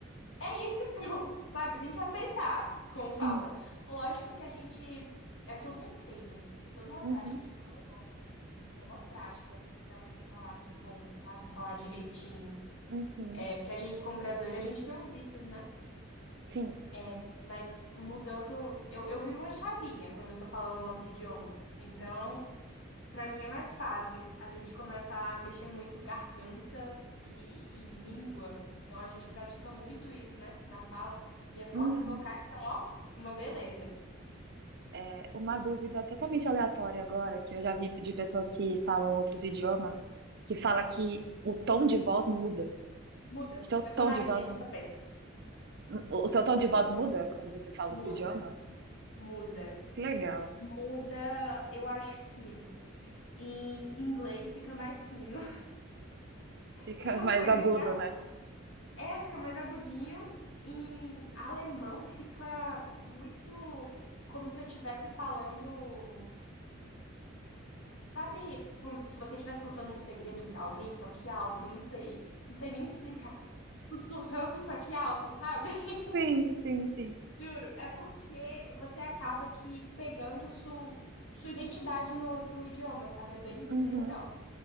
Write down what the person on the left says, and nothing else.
É isso e pronto, sabe? Tem que aceitar, como fala.
Lógico que a gente. É todo um treino, é toda uma
prática, é tipo alemão também. É uma prática pra você falar bom, sabe? Falar direitinho.
É porque a gente, como brasileiro, a gente tem uns vícios, né?
É,
mas mudando, eu, eu viro uma chavinha quando eu tô falando outro idioma. Então. Pra mim é mais fácil. A gente começa a mexer muito garganta e, e língua. Então a gente pratica muito isso, né? Na fala. Minhas cordas
vocais estão, ó, uma beleza.
Muda.
Personalidade
também.
Os
dois.
Muda.
Muda.
Muda, eu acho que em inglês fica mais fino. <laughs>
Tem uma
coisa
engraçada.
É, fica mais agudinho. Em alemão fica muito como se eu estivesse falando. Sabe como se você estivesse contando um segredo pra alguém, só que alto, não sei. Não sei nem explicar. Sussurrando, só que alto, sabe? <laughs>
Juro, é porque você acaba que pegando su- sua identidade no outro idioma, sabe? É bem,
bem legal.